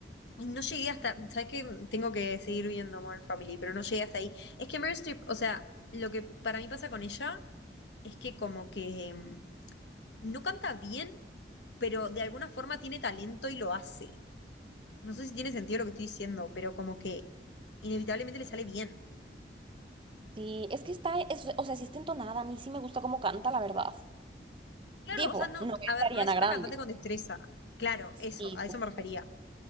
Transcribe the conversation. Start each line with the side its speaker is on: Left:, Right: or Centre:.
Left: Ay, No llegué hasta, sabes que tengo que seguir viendo Modern Family, pero no llegué hasta ahí. Es que Meryl Streep, o sea, lo que para mí pasa con ella es que como que mm, no canta bien, pero de alguna forma tiene talento y lo hace. No sé si tiene sentido lo que estoy diciendo, pero como que inevitablemente le sale bien.
Right: Sí, es que está, es- o sea, sí está entonada, a mí sí me gusta cómo canta, la verdad.
Left: Claro,
Right: Tipo,
Left: o sea, no,
Right: no es
Left: a ver,
Right: Ariana
Left: no es una
Right: Grande.
Left: cantante con destreza. Claro,
Right: Sí,
Left: eso, a
Right: justo.
Left: eso me refería.